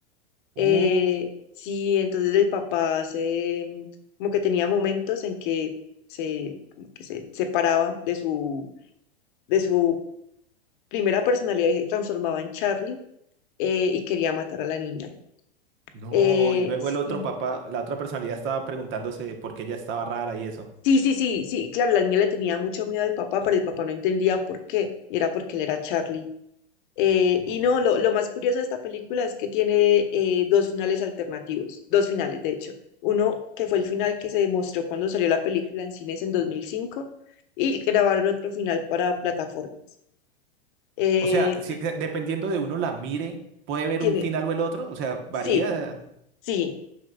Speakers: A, on the left; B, on the right.
A: Eh,
B: Uh,
A: sí, entonces el papá se, mm, como que tenía momentos en que se, como que se separaba de su, de su primera personalidad y se transformaba en Charlie eh, y quería matar a la niña.
B: no,
A: Eh,
B: y luego
A: sí,
B: el otro papá, la otra personalidad estaba preguntándose por qué ella estaba rara y eso.
A: sí, sí, sí, sí, claro, la niña le tenía mucho miedo al papá, pero el papá no entendía por qué, y era porque él era Charlie. Eh,
B: No.
A: y no, lo, lo más curioso de esta película es que tiene eh, dos finales alternativos, dos finales, de hecho. Uno que fue el final que se demostró cuando salió la película en cines en 2005 y grabaron otro final para plataformas. Eh,
B: O sea, si, de- dependiendo de uno la mire, puede ver
A: tiene,
B: un final o el otro. O sea, varía.
A: sí, sí.